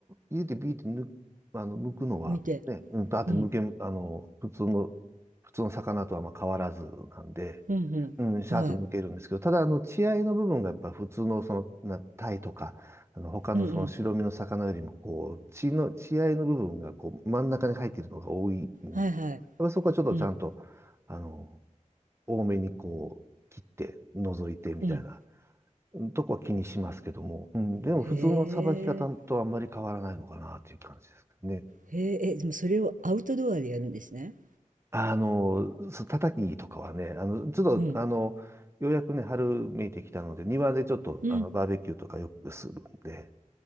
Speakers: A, on the right; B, on the right.
A: 入れてビーって抜あの、剥くのは、
B: 見て。
A: ね、うん、だって剥け、
B: うん、
A: あの、普通の、普通の魚とはまあ変わらずなんで、
B: うん、うん。
A: うん、シャーッと剥けるんですけど、
B: はい。
A: ただ、あの、血合いの部分がやっぱり普通の、その、な、タイとか、あの、他のその白身の魚よりも、
B: うん、うん。
A: こう、血の、血合いの部分が、こう、真ん中に入っているのが多いんで、
B: はいはい。
A: やっぱりそこはちょっとちゃんと、
B: うん、
A: あの、多めにこう、切って、除いてみたいな。
B: うん。
A: とこは気にしますけども、うん、でも普通のさばき方とあんまり変わらないのかなっていう感じですね。
B: へえ、へえ、え、でもそれをアウトドアでやるんですね。
A: あの、そう叩きとかはね、あの、ちょっと、
B: うん、
A: あの、ようやくね、春めいてきたので、庭でちょっと、
B: うん、
A: あの、バーベキューとかよくするんで、